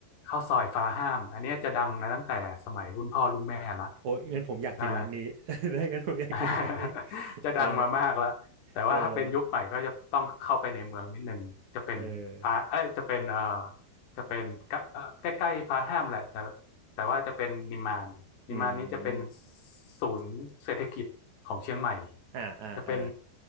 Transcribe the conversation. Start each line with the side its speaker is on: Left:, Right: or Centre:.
Left: ข้าวซอยฟ้าห้ามอันเนี้ยจะดังมาตั้งแต่สมัยรุ่นพ่อรุ่นแม่ละ
Right: โอ้ยงั้นผมอยากกินร้านนี้
Left: อ่า
Right: <laughs> ได้งั้นผมอยากกินร้านนี้
Left: <laughs> จะดังมามากแล้วแต่ว่าถ้าเป็นยุคใหม่ก็จะต้องเข้าไปในเมืองนิดนึงจะเป็นฟ้าเอ้ยจะเป็นเอ่อ
Right: เออเออเออ
Left: จะเป็นกะเอ่อใกล้ๆฟ้าแฮมแหละแต่แต่ว่าจะเป็นนิมมานนิมมานนี้จะเป็น
Right: อืม
Left: ศูนย์เศรษฐกิจของเชียงใหม่
Right: อ่าอ่าอ่า
Left: จะเป็น